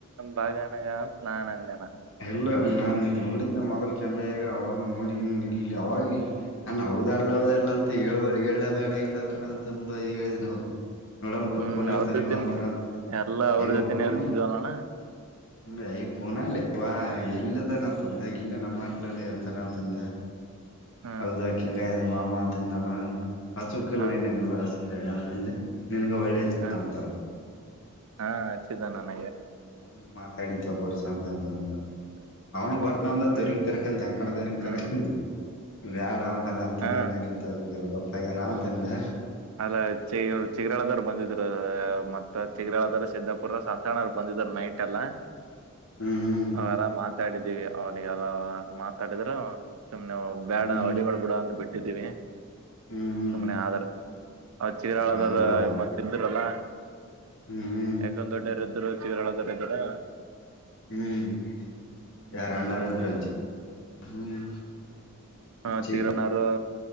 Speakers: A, on the right; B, on the left.
A: ಭಾಗನಾಗ ನಾನ್ ಅಂದಣ
B: ಎಲ್ಲ ನಾನು ನೋಡಿದ ಮೊದಲ್ ಕಾಮ್ರಾಗ ಅವಾಗ ನೋಡಿ ನೀನ್ ಇಲ್ಲಿ ಅವಾಗ ಇ ನಾನ ಹದಲ್ಲ ಹದಲ್ಲ ಅಂತ ಈಬ ಲ್ಲ ಬೇಡ ಎಲ್ಲ ಬೇಡ ಅಂತ ತುಂಬ ಹೇಳಿದೆ ನಾವು ನೋಡ್ ಬಿುಡಕ್
A: ಹ್ಮ್
B: ಕನ
A: ಅವ್ರ
B: ಇರ್ತಾನ
A: ಜೊತೆನ
B: ನೀವ ಅಂತರ ಅಂತ
A: ಎಲ್ಲಾ ಅವ್ರ
B: ಹಯ
A: ಜೊತೆನೆ
B: ಕಣ
A: ಇರ್ತಿದ್ವಲ್ಲಣ್ಣ
B: ಹಯೆ ಕೂನಾ ಲ್ಲೆವ ಎಲ್ಲದಾನಂತಂತದ ಇಲ್ಲಿ ನಮ್ಮಸ್ಲಲ್ಲಿ ಇರ್ತಾರ ಅಂತಂದೆ
A: ಹ್ಮ್
B: ಹೌದಾ ಕಿಂಗ್ ಆಗ್ಯದಾ ಮಾಮ ಅಂತನ್ನಲ್ಲ ಹಚ್ ಬೇಕಿಲ್ಲ
A: ಹ್ಮ್
B: ಏನಾಗಲ್ಲ ಅಂತಂದೆ ನಿನಗ್ ಒಳ್ಳೆಯ ಜನ
A: ಹ್ಮ್
B: ಅಂತಾರೆ
A: ಹಾ ಹಚ್ಚಿದ್ದ ನನಗೆ
B: ಒಂದು್ ಮಾತಾಡಿನಿ ತೊ ಬರ್ಸಅಂತ ಅಂತಂದ ಅವ್ನು ಬರ್ತ ನದಂದ
A: ಹ್ಮ್
B: ದೊರಿಕರಕೊಂಡು ಹೆಂಕಣ್ಣದೊರಿಕರಕೊಂಡ್
A: ಹ್ಮ್
B: ಬ್ಯಾಂಡ್ ತಾ ಆದರ ಅಂತದ್ದ
A: ಹಾ
B: ಏನಾಗಿಲ್ತಗೊ ಜರಾ ಗಪ್ಆ ಗ್ಯಾರಂತಂದೆ
A: ಅಲ್ಲ ಚಿ ಇವರು ಚಿಗರಾಳದವಾರರು ಬಂದಿದ್ರು ಮತ್ತ ಚಿಗರಾಳದಾರ ಸಿದಿದ್ದಾಪುರ ಸಂತಣ್ಣರು ಬಂದಿದರು ನೈಟ್ ಅಲ್ಲ
B: ಹ್ಮ್
A: ಅವಲ್ಲ ಮಾತಾಡಿದೀವಿ ಅವನಿಗೆಲ್ಲವ ಮಾತಾಡಿದ್ರು ಸುಮ್ನೆ ಬ್ಯಾಡಾ
B: ಹ್ಮ್ ಹ್ಮ್
A: ಹೊಡಿಬ್ಯಾಡಾ ಬಿಡು ಅಂತ ಬಿಟ್ಟಿದ್ದೀವಿ
B: ಹ್ಮ್ ಹ್ಮ್
A: ಸುಮ್ನೆ ಆದಾರ ಅವ ಚೀಗೆರಾಳದ್ರ
B: ಹೌದಾ
A: ಮತ್ತು ಇದ್ದೆರಲ್ಲ
B: ಹ್ಮ್ ಹ್ಮ್
A: ಹೆಗ್ಗಣ್ಣ ದೊಡ್ಡೆಯ್ರ ಇದ್ದರು ಚಿಗರಾಳದರು ಇದ್ದರು
B: ಹ್ಮ್ ಯಾರ ಅಣ್ಣರದ್ರನು ಚಿ ಹ್ಮ್
A: ಹ್ಮ
B: ಚಿ
A: ಚಿಗರಳರ